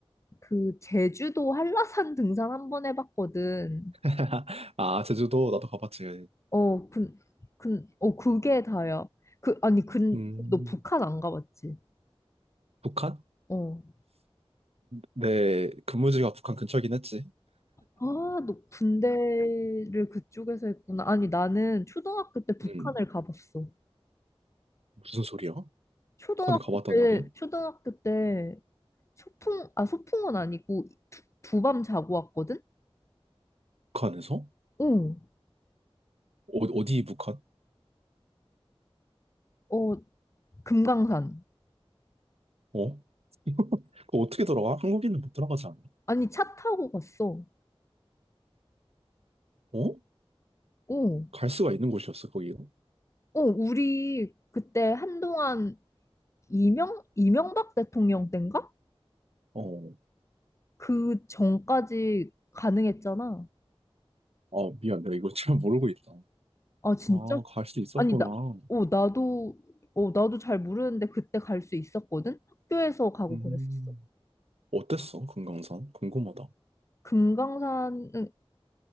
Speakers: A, on the left (about 30°); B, on the right (about 85°).
A: 그 제주도 한라산 등산 한번 해봤거든.
B: <laughs> 아, 제주도 나도 가봤지.
A: 어, 근, 근, 어 그게 다야. 그 아니 근,
B: 음.
A: 너 북한 안 가봤지?
B: 북한?
A: 어.
B: 내 근무지가 북한 근처긴 했지.
A: 아, 너 군대를 그쪽에서 했구나. 아니 나는 초등학교 때 북한을
B: 음,
A: 가봤어.
B: 무슨 소리야?
A: 초등학교
B: 북한에 가봤다는
A: 때,
B: 게
A: 초등학교 때 소풍, 아, 소풍은 아니고 두, 두밤 자고 왔거든?
B: 북한에서?
A: 어,
B: 어, 어디 북한?
A: 어, 금강산.
B: 어? <laughs> 그거 어떻게 들어가? 한국인은 못 들어가지 않아?
A: 아니, 차 타고 갔어.
B: 어?
A: 어,
B: 갈 수가 있는 곳이었어 거기가.
A: 어, 우리 그때 한동안 이명, 이명박 대통령 땐가?
B: 어,
A: 그 전까지 가능했잖아.
B: 아 미안 내가 이거 잘 모르고 있다.
A: 아, 진짜?
B: 아, 갈 수 있었구나.
A: 아니, 나, 어, 나도, 어, 나도 잘 모르는데 그때 갈 수 있었거든? 학교에서 가고
B: 음,
A: 그랬었어.
B: 어땠어 금강산? 궁금하다.
A: 금강산은,